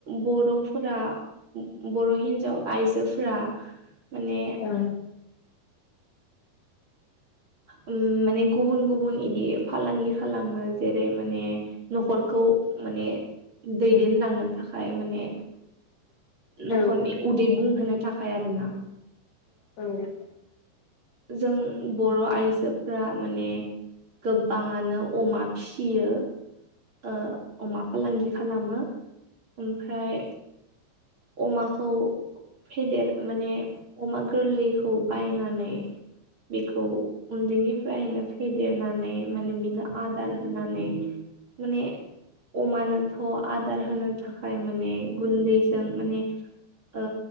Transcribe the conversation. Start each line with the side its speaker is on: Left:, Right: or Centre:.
Right: बर'फोरा बर' हिन्जाव आइजोफोरा माने
Left: ओम <inaudible>
Right: उम माने गुबुन गुबुन इदि फालांगि खालामो जेरै माने न'खरखौ माने दैदेनलांनो थाखाय माने
Left: <inaudible>
Right: न'खरनि
Left: औ
Right: उदै बुंहोनो थाखाय आरो ना
Left: औ
Right: जों बर' आइजोफोरा माने गोबाङानो अमा फिसियो ओ अमा फालांगि खालामो ओमफ्राय अमाखौ फेदेर माने अमा गोरलैखौ बायनानै बेखौ उन्दैनिफ्रायनो फेदेरनानै माने बिनो आदार होनानै माने अमानोथ' आदार होनो थाखाय माने गुन्दै जों माने ओ